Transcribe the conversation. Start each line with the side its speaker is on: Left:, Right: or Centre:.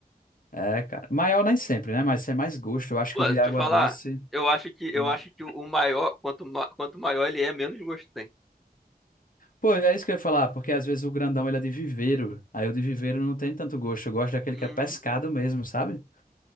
Left: É, cara. Maior nem sempre, né? Mas tem mais gosto. Eu acho
Centre: Pô,
Left: que o de
Centre: deixa
Left: água
Centre: eu falar,
Left: doce.
Centre: eu acho que eu
Left: hum.
Centre: acho que o maior, quanto, ma- quanto maior ele é, menos gosto tem.
Left: Pô, é isso que eu ia falar, porque às vezes o grandão ele é de viveiro. Aí o de viveiro não tem tanto gosto. Eu gosto daquele
Centre: Hum,
Left: que é pescado mesmo, sabe?